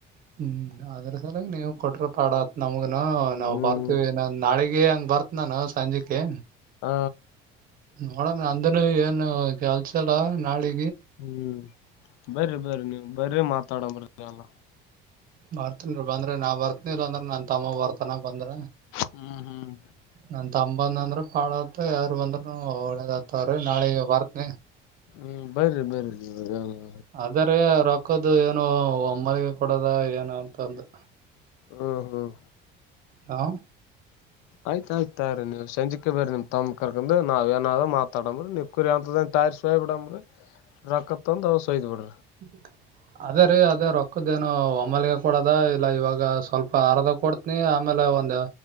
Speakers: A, on the right; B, on the left.
A: ಹ್ಮ್ ಅದ್ರ ಸಲಾಗ ನೀವು ಕೊಟ್ರ ಪಾಡಾತ್ ನಮ್ಗನು ನಾವ್
B: ಹ್ಮ್
A: ಬರ್ತೀವಿ ನಾ ನಾಳಿಗೆ ಹೂಂ ಬರ್ತ್ ನಾನು ಸಂಜಿಕ್ಕೆ
B: ಹ
A: ನೋಡಣ ನಂದುನು ಏನು ಕೆಲ್ಸಿಲ್ಲ ನಾಳಿ
B: ಹ್ಮ್ ಬರ್ರಿ ಬರ್ರಿ ನೀವು ಬರ್ರಿ ಮಾತಾಡಂ ಬರ್ರೀ ಎಲ್ಲ
A: ಬರ್ತನ್ರೀ ಬಂದ್ರೆ ನಾ ಬರ್ತನಿ ಇಲ್ಲ ಅಂದ್ರ ನನ್ ತಮ್ಮ ಬರ್ತ್ ತನಾ ಬಂದ್ರ
B: ಹ್ಮ್ ಹ್ಮ್
A: ನನ್ ತಮ್ಮ ಬಂದ್ನಂದ್ರ ಹಾಳತ ಯಾರು ಬಂದ್ರೂನು ಒಳ್ಳೇದಾತಾವ್ರೀ ನಾಳಿಗ ಬರ್ತನಿ
B: ಹ್ಮ್ ಬರ್ರಿ ಬರ್ರಿ ಹ
A: ಅದರೀ ರೊಕ್ಕದು ಏನೋ ಒಮ್ಮಲಿಗೆ ಕೊಡದ ಏನು ಅಂತಂದು
B: ಹ್ಮ್ ಹ್ಮ್
A: ಆ
B: ಆಯ್ತಾಯ್ತ ತಗರೀ ನೀವ್ ಸಂಜೀಕೆ ಬರ್ರಿ ನಿಮ್ ತಮ್ಮನ್ ಕರ್ಕೆಂಡು ನಾವ್ ಏನಾರ ಮಾತಡಂಬ್ರಿ ನೀವ್ ಕುರಿ ಅಂತದೇ ಆರ್ಸಿ ಹೋಗ್ ಬುಡಮ್ರೀ ರೊಕ್ಕ ತಗೊಂಡು ಓಸು ವೈದ್ ಬಿಡ್ರಿ
A: <inaudible> ಅದೇ ರೀ ಅದೇ ರೊಕ್ಕದ ಏನೋ ಒಮ್ಮಾಲಿಗೆ ಕೊಡದ ಇಲ್ಲ ಇವಾಗ ಸ್ವಲ್ಪ ಅರದಾ ಕೊಡ್ತ್ನಿ ಆಮೆ ಲೇ ಒಂದು